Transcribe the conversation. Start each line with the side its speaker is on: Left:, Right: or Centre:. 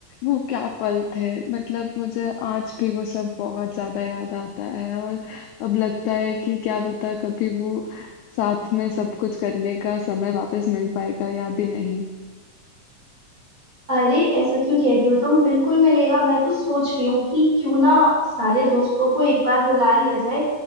Left: वो क्या पल थे मतलब मुझे आज भी वो सब बहुत ज्यादा याद आता है और अब लगता है कि क्या पता कभी वो साथ में सब कुछ करने का समय वापस मिल पाएगा याद ही नहीं
Right: अरे ऐसा क्यों कह रही हो तुम बिल्कुल मिलेगा मैं तो सोच रही हूँ कि क्यों ना सारे दोस्तों को एक बार बुला लिया जाए